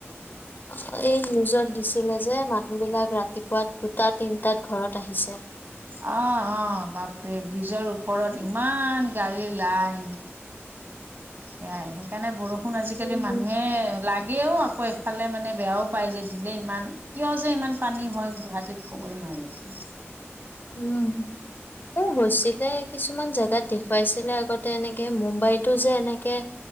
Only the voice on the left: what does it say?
অ' এই নিউজত দিছে। ছিলে যে মানুহবিলাক ৰাতিপুৱা দুটা তিনটাত ঘৰত আহিছে
উম,
উম এই হৈছিলে কিছুমান জেগাত দেখুৱাইছিলে আগতে এনেকে মুম্বাইতো যে এনেকে